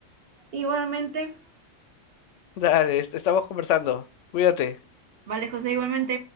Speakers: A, on the right (about 55°); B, on the left (about 70°).
A: Igualmente.
B: Dale, est- estamos conversando. Cuídate.
A: Vale, José, igualmente.